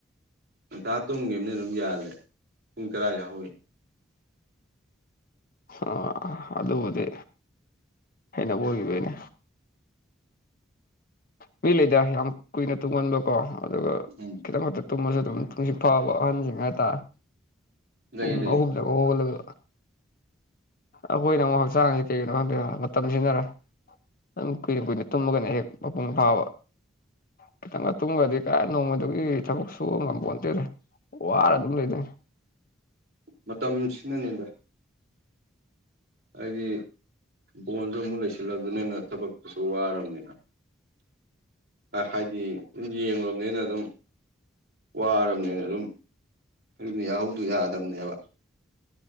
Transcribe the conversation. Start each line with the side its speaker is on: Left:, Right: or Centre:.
Right: ꯉꯇꯥ ꯇꯨꯝꯈꯤꯕ ꯑꯃꯅ ꯑꯗꯨꯝ ꯌꯥꯜꯂꯦ ꯄꯨꯡ ꯇꯔꯥ ꯌꯥ ꯍꯧꯏ
Left: ꯑ ꯑꯗꯨꯕꯨꯗꯤ ꯍꯥꯏꯅꯕ ꯑꯣꯏꯈꯤꯕꯩꯅꯦ ꯃꯤ ꯂꯩꯗ ꯌꯥꯝ ꯀꯨꯏꯅ ꯇꯨꯡꯍꯟꯕꯀꯣ ꯑꯗꯨꯒ
Right: ꯎꯝ
Left: ꯈꯤꯇꯪ ꯇꯨꯝꯕꯁꯨ ꯑꯗꯨꯝ ꯇꯨꯡꯁꯤ ꯐꯥꯎꯕ ꯑꯍꯟꯁꯤꯡ ꯍꯥꯏꯇꯥꯔꯦ
Right: ꯂꯩ
Left: ꯄꯨꯡ
Right: ꯂꯩ
Left: ꯑꯍꯨꯝꯗꯒ ꯍꯧꯒꯠꯂꯒ ꯑꯩꯈꯣꯏꯅ ꯑꯃꯨꯛ ꯍꯛꯆꯥꯡ ꯀꯩꯒꯤꯅ‌ꯣ ꯉꯪꯗ‌ꯦꯕ ꯃꯇꯝ ꯃꯁꯤꯅꯔ ꯑꯗꯨ ꯀꯨꯏꯅ ꯀꯨꯏꯅ ꯇꯨꯝꯃꯒꯅ ꯍꯦꯛ ꯃꯄꯨꯡ ꯐꯥꯕ ꯈꯤꯇꯪꯒ ꯇꯨꯝꯈ꯭ꯔꯗꯤ ꯀ ꯅꯣꯡꯃ ꯑꯗꯨꯒꯤ ꯊꯕꯛꯁꯨꯨ ꯉꯝꯄꯟꯇꯦꯔꯦ ꯋꯥꯔ ꯑꯗꯨꯝ ꯂꯩꯗꯣꯏꯅꯤ
Right: ꯃꯇꯝ ꯁꯤꯅꯅꯦꯗ ꯍꯥꯏꯗꯤ ꯕꯣꯟ ꯑꯗꯨ ꯑꯃꯨꯛ ꯂꯩꯁꯤꯜꯂꯕꯅꯤꯅ ꯊꯕꯛꯇꯨꯁꯨ ꯋꯥꯔꯕꯅꯤꯅ ꯍꯥꯏꯗꯤ ꯌꯦꯡꯂꯕꯅꯤꯅ ꯑꯗꯨꯝ ꯋꯥꯔꯕꯅꯤꯅ ꯑꯗꯨꯝ ꯑꯗꯨ ꯌꯥꯍꯧꯗꯣ ꯌꯥꯗꯕꯅꯦꯕ